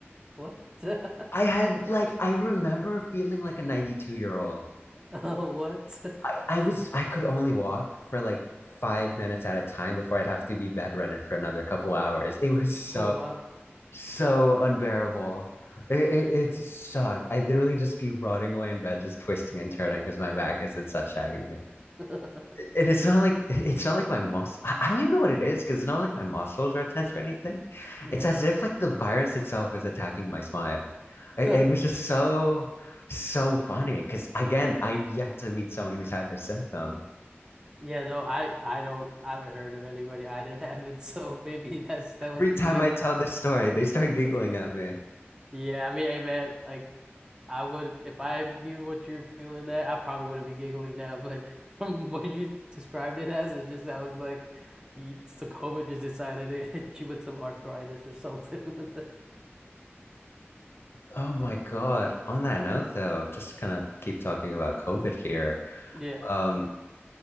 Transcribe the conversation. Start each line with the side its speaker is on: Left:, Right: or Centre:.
Right: What? <laughs>
Left: I had like, I remember feeling like
Right: Yeah.
Left: a 92 year old.
Right: Oh, what? <laughs>
Left: I, I was, I could only walk for like five minutes at a time before I'd have to be bedridden for another couple hours. It was so
Right: Oh, wow.
Left: so unbearable. It, it, it sucked. I literally just be rotting away in bed, just twisting and turning because my back is in such agony.
Right: <laughs>
Left: And it's not like it's not like my muscle. I, I don't even know what it is because it's not like my muscles are tense or anything.
Right: Yeah.
Left: It's as if like the virus itself is attacking my spine. It,
Right: <laughs>
Left: it was just so so funny because again, I'm yet to meet someone who's had this symptom.
Right: Yeah, no, I I don't I haven't heard of anybody. I didn't <laughs> have it, so maybe that's that was
Left: Every
Right: just
Left: time
Right: you.
Left: I tell this story, they start giggling at me.
Right: Yeah, I mean, hey man, like I would, if I knew what you're feeling that, I probably wouldn't be giggling now. But <laughs> from what you described it as, it's just I was like, you, so COVID just decided <laughs> it hit you with some arthritis or something. <laughs>
Left: Oh my God. On that note, though, just to kind of keep talking about COVID here,
Right: Yeah,
Left: um,